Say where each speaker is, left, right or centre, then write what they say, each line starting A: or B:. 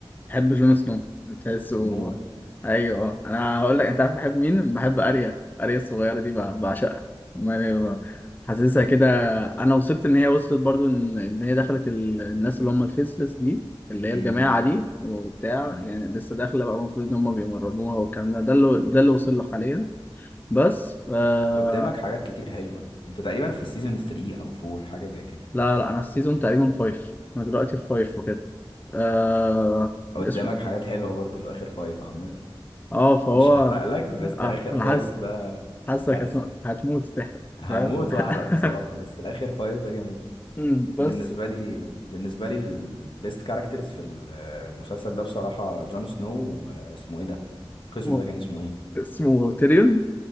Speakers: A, on the left; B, on the left.
A: بحب جون سنو بتحسه
B: موت
A: ايوه اه انا هقول لك انت عارف بحب مين بحب اريا اريا الصغيره دي ب- بعشقها يعني حاسسها كده انا وصلت ان هي وصلت برضو ان إن هي دخلت ال- الناس اللي هم الفيسلس دي اللي هي
B: مم.
A: الجماعه دي وبتاع
B: مم.
A: يعني لسه داخله بقى المفروض ان هم بيمرنوها والكلام ده ده اللي ده اللي وصل له حاليا بس آه
B: قدامك حاجات كتير حلوة يعني أنت تقريبا في سيزون 3 أو 4 حاجة زي كده
A: لا لا انا السيزون تقريبا فايف انا دلوقتي في فايف وكده آه
B: قدامك
A: الاسم
B: حاجات حلوة برضه في آخر فايف عامة
A: اه فهو
B: مش هحرق لك بس
A: اه
B: آخر
A: انا
B: فايف
A: حاسس
B: ده
A: حاسك
B: كارثة
A: هتموت هتموت تحرق
B: هموت
A: فاهم <laughs>
B: واحرق بصراحة بس آخر فايف ده جميل
A: أمم، بس
B: بالنسبة لي بالنسبة لي البيست كاركترز في المسلسل ده بصراحة جون سنو واسمه ايه ده القزم
A: هو
B: ده كان اسمه ايه
A: اسمه تيريون